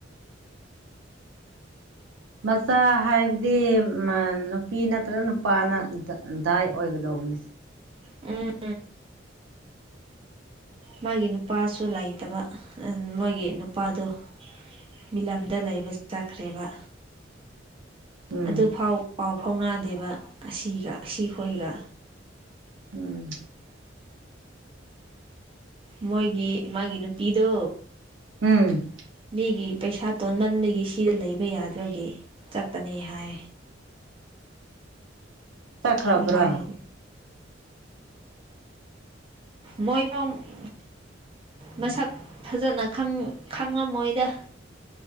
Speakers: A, on the right; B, on the right.
A: ꯃꯆꯥ ꯍꯥꯏꯕꯗꯤ ꯅꯨꯄꯤ ꯅꯠꯇ꯭ꯔꯒ ꯅꯨꯄꯥꯅ ꯗꯥꯏ ꯑꯣꯏꯒꯗꯧꯕꯅꯤ
B: ꯎꯝ ꯃꯥꯒꯤ ꯅꯨꯄꯥꯁꯨ ꯂꯩꯇꯕ ꯑꯟ ꯃꯣꯏꯒꯤ ꯅꯨꯄꯥꯗꯣ꯫ ꯃꯤꯂꯝꯗ ꯂꯩꯕ ꯆꯠꯈ꯭ꯔꯦꯕ꯫꯫
A: ꯎꯝ
B: ꯑꯗꯨꯐꯥꯎ ꯄꯥꯎ ꯐꯥꯎꯅꯗꯦꯕ ꯑꯁꯤꯒ ꯑꯁꯤꯈꯣꯏꯒ꯫
A: ꯎꯝ꯫
B: ꯃꯣꯏꯒꯤ ꯃꯥꯒꯤ ꯅꯨꯄꯤꯗꯣ꯫
A: ꯎꯝ꯫
B: ꯃꯤꯒꯤ ꯄꯩꯁꯥ ꯇꯣꯟꯃꯟꯕꯒꯤ ꯁꯤꯗ ꯂꯩꯕ ꯌꯥꯗꯕꯒꯤ ꯆꯠꯄꯅꯤ ꯍꯥꯏ꯫
A: ꯆꯠꯈ꯭ꯔꯕ꯭ꯔꯣ
B: ꯏꯃꯥꯏ ꯏ ꯃꯣꯏ꯫ <unintelligible> ꯃꯁꯛ ꯐꯖꯅ ꯈꯪ ꯈꯪꯂꯝꯃꯣꯏꯗ